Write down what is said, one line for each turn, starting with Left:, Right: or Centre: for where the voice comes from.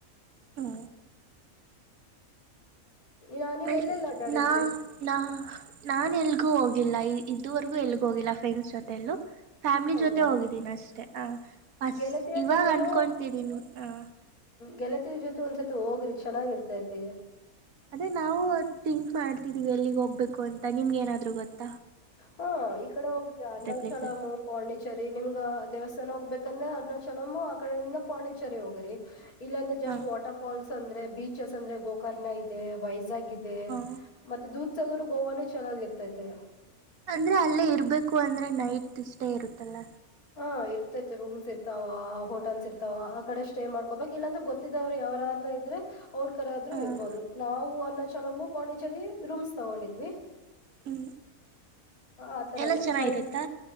Right: ಹ್ಮ
Left: ಇನ್ನ ನೀವ್
Right: ಮ
Left: ಎಲ್ಲೆಲ್ಲ ಅಡ್ಡಾಡಿದ್ರಿ
Right: ನಾ ನಾ <unintelligible> ನಾನ್ ಎಲ್ಗೂ ಹೋಗಿಲ್ಲ ಇದುವರೆಗೂ ಎಲ್ಗೂ ಹೋಗಿಲ್ಲ ಫ್ರೆಂಡ್ಸ್ ಜೊತೆಲ್ಲೂ ಫ್ಯಾಮ್ಲಿ
Left: ಹೌದಾ
Right: ಜೊತೆ ಹೋಗಿದ್ದೀನಿ ಅಷ್ಟೆ ಹ ಫಸ್ಟ್
Left: ಗೆಳತಿಯ
Right: ಇವಾಗ
Left: ಜೊತೆನೂ
Right: ಅನ್ಕೊತಿದೀನ ಹ
Left: ಗೆಳತಿರ್ ಜೊತೆ ಒಂದ್ಸರ್ ಹೋಗ್ರಿ ಚೆನ್ನಾಗಿರ್ತೈತಿ
Right: ಅದೇ ನಾವು ಥಿಂಕ್ ಮಾಡ್ತಿದೀವಿ ಎಲ್ಲಿಗ್ ಹೋಗ್ಬೇಕು ಅಂತ ನಿಮ್ಗೆ ಏನಾದ್ರು ಗೊತ್ತ
Left: ಹಾ ಈ ಕಡೆ ಹೋಗ್ರ ಅನಾಶಲಾಮ
Right: ಪ್ಲೇಸಸ್
Left: ಪೋಂಡಿಚರಿ ನಿಮ್ಗ ದೇವಸ್ಥಾನ ಚನ ಹೋಗ್ಬೇಕಂದ್ರೆ ಅರ್ನಾ ಚಲಮ ಆ ಕಡೆಯಿಂದ ಪಾಂಡಿಚೇರಿ ಹೋಗ್ರಿ ಇಲ್ಲ ಅಂದ್ರೆ ಜಸ್ಟ್
Right: ಹಾ
Left: ವಾಟರ್ ಫಾಲ್ಸ್ ಅಂದ್ರೆ ಬೀಚಸ್ ಅಂದ್ರೆ ಗೋಕರ್ಣ ಇ <unintelligible> ಇದೆ ವೈಜಾಗ ಇದೆ
Right: ಹಾ
Left: ಮತ್ತೆ ದೂಧ್ ಸಾಗರ್ ಗೋವಾನು ಚೆನ್ನಾಗಿ ಇರ್ತೈತೆ
Right: ಅಂದ್ರೆ ಅಲ್ಲೇ ಇರ್ಬೇಕು ಅಂದ್ರೆ ನೈಟ್ ಸ್ಟೇ ಇರುತ್ತಲ್ಲ
Left: ಹ ಇರ್ತೈತಿ ರೂಮ್ಸ್ ಇರ್ತವ ಹೋಟೆಲ್ಸ್ ಇರ್ತವ ಆ ಕಡೆ ಸ್ಟೇ ಮಾಡ್ಕೋಬೇಕು ಇಲ್ಲಾಂದ್ರ ಗೊತ್ತಿದಾವ್ರರು ಯಾರಾರ <unintelligible> <unintelligible> ಇದ್ರೆ ಅವಡ್ ಕರ ಆದ್ರರು
Right: ಹಾಂ
Left: ಇರ್ಬೋದು ನಾವು ಅನ್ನಚಲಮ್ಮ ಪಾಂಡಿಚರಿ ರೂಮ್ಸ್ ತಗೊಂಡಿದ್ವಿ
Right: ಹ್ಞೂ
Left: ಆತರನೇ
Right: ಎಲ್ಲ ಚೆನ್ನಾಗಿರುತ್ತಾ
Left: ವಯಸ್